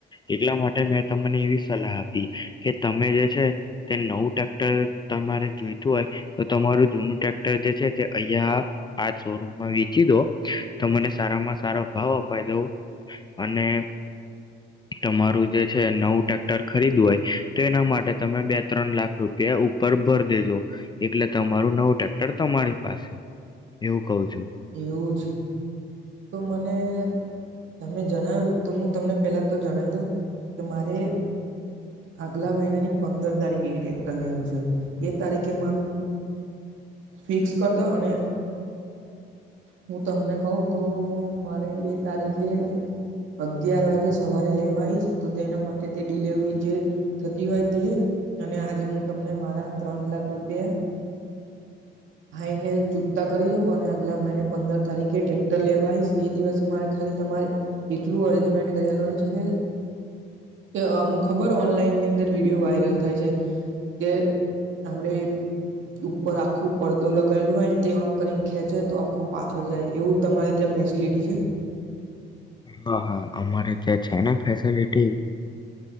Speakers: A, on the left; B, on the right.
A: એટલા માટે મેં તમને એવી સલાહ આપી કે તમે જે છે તે નવું ટ્રેક્ટર તમારે જોઈતું હોય તો તમારું જૂનું ટ્રેક્ટર જે છે તે અહીયાં આ શોરૂમમાં વેચી દો તો મને સારામાં સારા ભાવ અપાઈ દવ અને તમારું જે છે નવું ટ્રેક્ટર ખરીદું હોય તો એના માટે તમે બે ત્રણ લાખ રૂપિયા ઉપર ભર દેજો એટલે તમારું નવું ટેક્ટર તમારી પાસે. એવું કવ છું.
B: એવું તો મને તમે જણાવ્યું તો હું તમને પહેલાં તો જણાવી દઉં. કે મારે આગલા મહિનાની પંદર તારીખે એ ટ્રેક્ટર લેવાનું છે એ તારીખે મારું ફિક્સ કરી દો અને હું તમને કહું તો મારે એ તારીખે અગિયાર વાગે સવારે લેવાયશ. તો તેના માટે તે ડિલેવરી જે થતી હોય તે અને આજે હું તમને મારા ત્રણ લાખ રૂપિયા હાઈને ચૂકતા કરી દઉં અને આગલા મહિને પંદર તારીખે ટેક્ટર લેવાઈશ એ દિવસે મારે ખાલી તમારે એટલું અરેન્જમેન્ટ કરેલનું છે કે કે અમુક ખબર ઓનલાઈનની અંદર વિડીયો વાયરલ થાય છે. કે આપણે ઉપર આખો પડદો લગાવેલ હોય ને તે આમ કરીને ખેંચે તો આખું પાછળ જાય એવું તમારે ક્યાં ફેસિલિટી છે?
A: હા હા અમારે જયા છે ને ફેસલિટી.